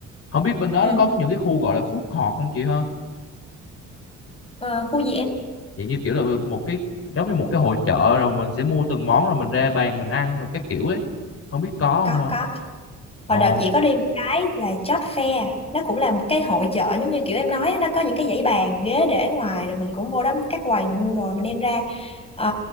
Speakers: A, on the left; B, on the left.
A: không biết bên đó
B: ừ.
A: nó có những cái khu gọi là food court không chị ha
B: ờ, khu gì em
A: vậy như kiểu là một cái giống như một cái hội chợ rồi mình sẽ mua từng món rồi mình ra bàn mình ăn rồi các kiểu ấy không biết có không
B: có
A: ha
B: có
A: ồ
B: hồi đợt chị có đi một cái là chót Fair nó cũng là một cái hội chợ giống như kiểu em nói á, nó có những cái dãy bàn ghế để ngoài rồi mình cũng vô đó các quầy mình mua đồ mình đem ra Ờ,